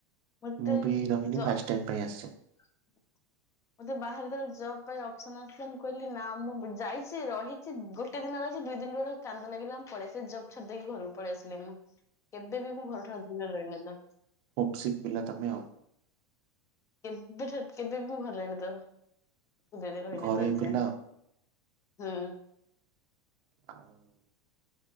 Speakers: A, on the left; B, on the right.
A: ମତେ
B: ମୁଁ ବି ରହିନି
A: ଜ
B: ଫାଷ୍ଟ ଟାଇମ ପାଇଁ ଆସଚି।
A: <unintelligible> ମୋତେ ବାହାରେ ଯେତେବେଳେ ଜବ ପାଇଁ ଅପସନ ଆସିଥିଲା ମୁଁ କହିଲି ନା, ମୁଁ ଯାଇଚି, ରହିଚି ଗୋ ଗୋଟେ ଦିନ ରହିଚି ଦୁଇ ଦିନ ବେଳକୁ କାନ୍ଦ ଲାଗିଲା ମୁଁ ପଳେଇ ଆସିଲି। ଜବ ଛାଡ଼ି ଦେଇକି ଘରକୁ ପଳେଇ ଆସିଲି ମୁଁ। କେବେ ବି ମୁଁ ଘରଠାରୁ ଦିନେ ରହିନି ତ।
B: ହୋମ ସିକ ପିଲା ତମେ ଆଉ।
A: କେବେଠୁ କେବେ ବି ମୁଁ ଘରେ ରହିନି ତ କେବେ ବି ରହିନି
B: ଘରୋଇ
A: ତ ଆଜି
B: ପିଲା
A: ଯାଏଁ।
B: ଆଉ।
A: ହୁଁ।
B: <unintelligible>